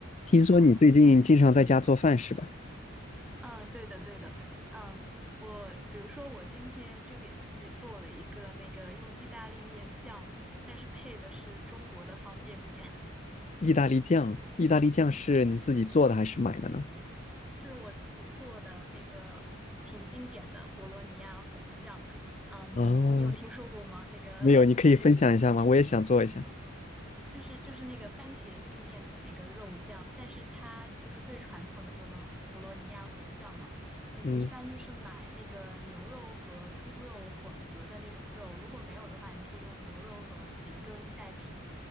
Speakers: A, on the left (about 35°); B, in the centre.
A: 听说你最近经常在家做饭是吧？
B: 嗯嗯，对的对的，嗯，我比如说我今天就给自己做了一个那个用意大利面酱，但是配的是中国的方便面，<laughs>
A: 意大利酱，意大利酱是你自己做的还是买的呢？
B: 是我自己做的那个挺经典的博洛尼亚红酱。嗯，
A: 哦，
B: 你有听说过吗？那个可以
A: 没有，你可以分享一下吗？我也想做一下。
B: 就是就是那个番茄意面的那个肉酱，但是它就是最传统的博罗博罗尼亚红酱嘛。你一般就是买那个牛肉和猪肉混合的那种肉，
A: 嗯
B: 如果没有的话，你可以用牛肉和培根代替，